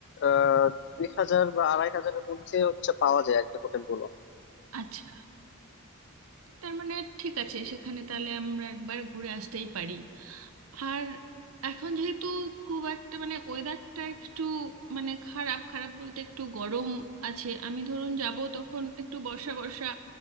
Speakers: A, on the left; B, on the right.
A: আহ, দুই হাজার বা আড়াই হাজারের মধ্যে হচ্ছে পাওয়া যায় আর কি হোটেল গুলো
B: আচ্ছা তার মানে ঠিক আছে সেখানে তাহলে আমরা একবার ঘুরে আসতেই পারি আর এখন যেহেতু খুব একটা মানে ওয়েদারটা একটু মানে খারাপ খারাপ বলতে একটু গরম আছে আমি ধরুন যাব তখন একটু বর্ষা বর্ষা